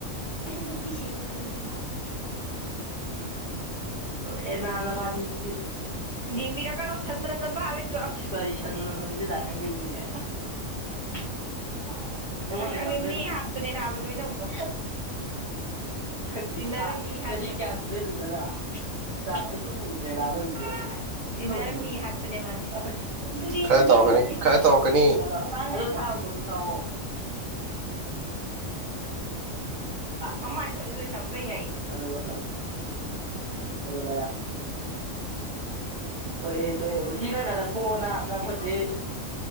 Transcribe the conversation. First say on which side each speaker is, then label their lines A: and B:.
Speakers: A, on the right; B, on the right.
A: ꯆꯤꯟꯕꯨꯛꯇꯤ ꯁꯦꯡꯒꯔ꯭ ꯝꯅꯦ ꯂꯣꯔꯦꯍꯦ ꯅꯥ ꯅꯕꯅꯤꯖꯤꯗꯤ ꯌꯦꯡꯕꯤꯔꯛ ꯀꯅꯣ ꯁꯟ ꯃꯅꯝ ꯅꯝꯕ ꯑꯥ ꯂꯩꯆꯨ ꯆꯠꯂꯣ ꯀꯔꯤ ꯁꯟ ꯃꯅꯝ ꯅꯝꯃꯤꯖꯦ ꯂꯥꯁꯪꯗꯩꯅꯤꯅꯦ <unintelligible> ꯃꯤ ꯍꯥꯞꯄꯅꯦ ꯅꯥꯕ ꯂꯣꯏꯅꯧꯅꯨ ꯇꯤꯟꯅꯧꯅꯨ ꯃꯤ ꯍꯥꯠꯄꯅꯦ ꯆꯍꯤ ꯀꯌꯥ ꯁꯨꯔꯦ ꯂꯨꯖꯗꯕ ꯅꯥꯕ ꯑꯩ ꯁꯨꯡꯎ ꯎꯗꯔ꯭ꯤ ꯅꯥꯕ ꯅꯪ ꯂꯨꯖꯔꯛꯄ ꯇꯤꯟꯅꯔꯨꯅꯨ ꯃꯤ ꯍꯥꯠꯄꯅꯦ ꯃꯥꯗꯤ ꯑꯁ ꯋꯥꯔꯤ ꯇꯨꯔꯦꯟꯗꯅꯦ
B: ꯈꯔ ꯇꯧꯔꯛꯀꯅꯤ
A: ꯑꯩ ꯂꯨꯖꯩꯁꯦ
B: ꯈꯔ
A: ꯈꯪꯉꯕꯔ꯭
B: ꯇꯧꯔꯛꯀꯅꯤ
A: <unintelligible> ꯊꯥꯎꯑꯣ <unintelligible> ꯃꯃꯥꯏ ꯊꯥꯖꯤꯂꯨ ꯂꯩꯁ ꯑꯝꯇ ꯌꯥꯏꯑꯦ ꯊꯥꯖꯜꯂꯨꯔ ꯊꯥ <unintelligible> ꯊꯣꯔꯛꯑꯦ ꯊꯣꯛꯑꯦ ꯊꯤꯅꯪꯅ ꯅꯈꯣꯛꯑꯅ ꯑꯝꯇ ꯑꯩꯈꯣꯏꯆꯦ